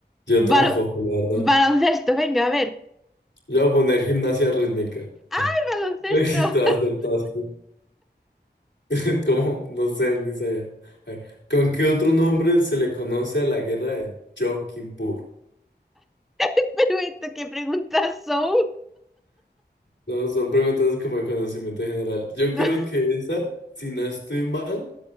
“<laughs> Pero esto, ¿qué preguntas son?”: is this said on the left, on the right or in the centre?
Centre